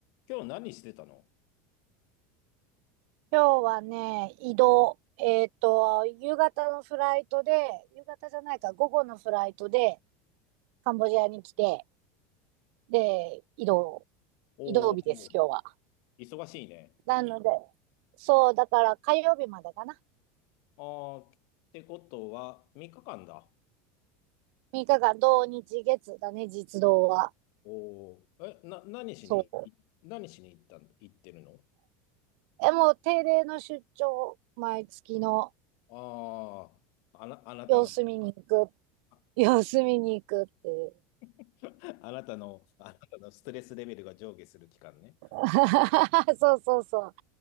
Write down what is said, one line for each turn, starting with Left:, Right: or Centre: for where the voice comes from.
Left: 今日何してたの
Right: 今日はね、移動。えっと、夕方のフライトで、夕方じゃないか、午後のフライトで、カンボジアに来て、で、移動、
Left: おおー、
Right: 移動日です、今日は。
Left: 忙しいね。
Right: なので、そう、だから火曜日までかな。
Left: ああ、ってことは、3日間だ。
Right: 3日間、土日月だね、実動は。
Left: おお、え、な、何しに、
Right: そう。
Left: い何しに行ったの、行ってるの
Right: え、もう定例の出張、毎月の
Left: ああー、あな、あなたの、
Right: 様子見に行く、
Left: あ、
Right: 様子見に行くっていう。
Left: あ <laughs> あなたの、あなたのストレスレベルが上下する期間ね。
Right: <laughs> そうそうそう。